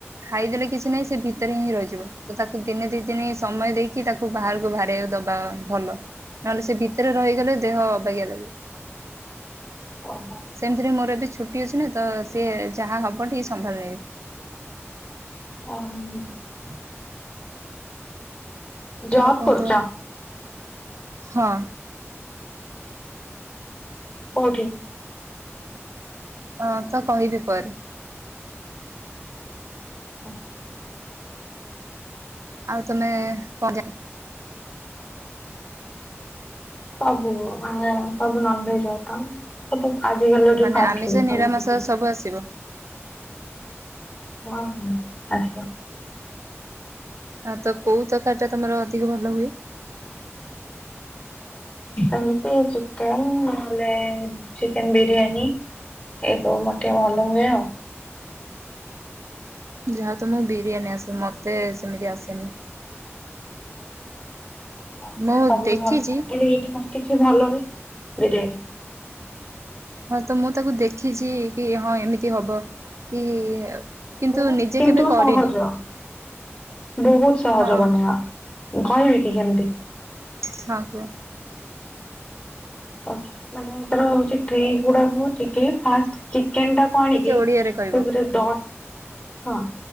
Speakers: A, on the right; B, on the left.
A: ଖାଇଦେଲେ କିଛି ନାହିଁ ସେ ଭି ତରେ ହିଁ ରହିିଯିବ। ତ ତାକୁ ଦିନେ ଦି ଦିନ ସମୟ ଦେଇକି କି ତାକୁ ବାହାରକୁ ବାହାର ଦବା ଭଲ ନହେଲେ ସେ ଭିତରେ ରହିଗଲେ ଦେହ ଅ ବାଗିଆ ଲାଗିବ।
B: ଓହୋ
A: ସେମିତିରେ ମୋର ବି ଛୁଟି ଅଛି ନା ତ ସିଏ ଯାହା ହବ ଟିକେ ସମ୍ଭାଳି ନେବି।
B: ଓ ହ ହୁଁ।
A: ହଁ
B: ଜବ୍
A: ଆଉ କଣ
B: କରୁଛ
A: କୁହ? ହଁ।
B: କୋଉଠି?
A: ଅ ତ କହିବି ପରେ।
B: ଆଚ୍ଛା।
A: ଆଉ ତମେ ପ-
B: ସବୁ ମାନେ ସବୁ ନନଭେଜ୍ <unintelligible> ଆ ତୁ ଆଜି କାଲିର ଯଉ
A: ମାନେ
B: ଫାଷ୍ଟ୍
A: ଆମିଷ
B: ଫୁଡ ଖାଉଚୁ
A: ନିରାମିଷ
B: ତୁ।
A: ସବୁ ଆସିବ।
B: ହଁ-ଆସିବ।
A: ଆଁ ତ କଉ ତରକାରୀ ଟା ତମର ଅଧିକ ଭଲ ହୁଏ?
B: ଏମିତି ଚିକେନ୍ ନ ହେଲେ ଚିକେନ୍ ବିରିୟାନୀ ଏଇ ସବୁ ମର୍ ଟିକେ ଭଲ ହୁଏ ଆଉ।
A: ଯାହଉ ତମକୁ ବିରିୟାନୀ ଆସେ ମତେ ସେମିତି ଆସେନି।
B: ମତେ
A: ମୁଁ
B: ସବୁଠୁ
A: ଦେଖିଛି
B: ଭଲ ସବୁଠି ମୋର କିଛି ଭଲ ହୁଏ ବିରିୟାନୀ।
A: ହଁ-ତ ମୁଁ ତାକୁ ଦେଖିଚି କି ହଁ ଏମିତି ହବ କି କିନ୍ତୁ
B: ବହୁତ୍
A: ନିଜେ
B: କିନ୍ତୁ
A: କେବେ କରିନି
B: ସହଜ ବହୁତ୍ ସହଜ
A: ହଁ
B: ବନେଇବା। କହିବି କି କେମତି?
A: ହଁ କୁହ।
B: ହ ମାନେ ତାର ହଉଚି ଟ୍ରିକ୍ ଗୁଡାକ ହଉଚି କି ଫାଷ୍ଟ ଚିକେନ୍ ଟାକୁ ଆଣିକି
A: ଟିକେ ଓଡିଆରେ କହିବ
B: ସେଥିରେ ଦହ୍- ହଁ।